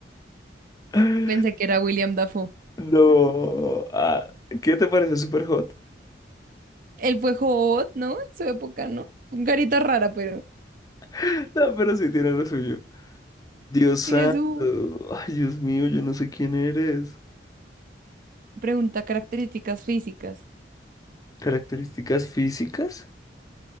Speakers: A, on the left; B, on the right.
A: <laughs>
B: Pensé que era William Dafoe.
A: No. Ah, ¿qué te parece súper hot?
B: Él fue Hot, ¿no? En su época, ¿no? Un carita rara, pero.
A: <laughs> No, pero sí tiene lo suyo. Dios santo.
B: Es su
A: Ay, Dios mío, yo no sé quién eres.
B: pregunta características físicas.
A: Características físicas.